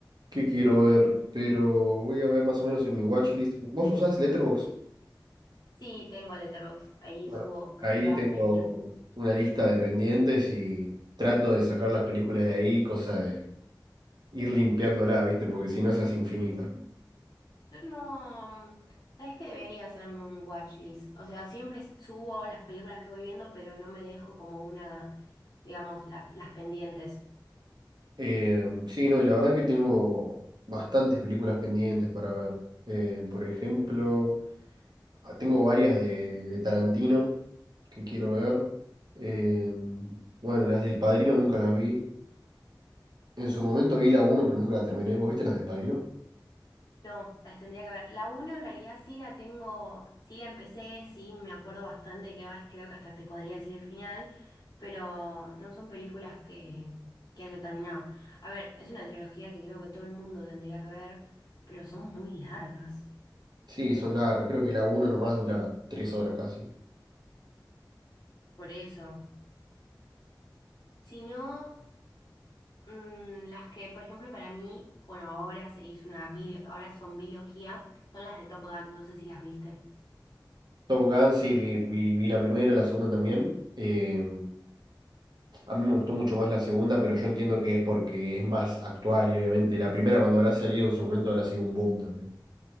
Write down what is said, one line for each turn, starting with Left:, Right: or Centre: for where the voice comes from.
Right: que quiero ver, pero voy a ver más o menos en mi watchlist. ¿Vos usás Letterboxd?
Left: Sí, tengo Letterboxd. Ahí
Right: Bueno,
Left: subo casi
Right: ahí
Left: todas
Right: tengo
Left: las películas.
Right: una lista de pendientes y trato de sacar las películas de ahí, cosa de ir limpiándola, ¿viste? Porque si no, se hace infinita.
Left: Yo no, mm, sabes que debería hacerme un watchlist. O sea, siempre subo las películas que voy viendo, pero no me dejo como una, digamos, la- las pendientes.
Right: Eh, sí, no, y la verdad que tengo bastantes películas pendientes para ver. Eh, por ejemplo, ah, tengo varias de, de Tarantino que quiero ver. Eh, bueno, las del Padrino nunca las vi. En su momento vi la uno pero nunca la terminé. ¿Vos viste las del Padrino?
Left: No, las tendría que ver. La uno en realidad sí la tengo, sí la empecé, sí me acuerdo bastante que vas, creo que hasta te podría decir el final, pero no son películas que, que haya terminado. A ver, es una trilogía que creo que todo el mundo tendría que ver, pero son muy largas.
Right: Sí, son largas. Creo que la 1 nomás dura 3 horas casi.
Left: Por eso. Si no. Mm, las que, por ejemplo, para mí, bueno, ahora se hizo una bilo- ahora son biología, son las de Top Gun, no sé si las viste.
Right: Top Gun, sí, vi, vi- vi la primera, la segunda también. Eh, a mí me gustó mucho más la segunda, pero yo entiendo que es porque es más actual y obviamente la primera cuando habrá salido en su momento habrá sido un boom también.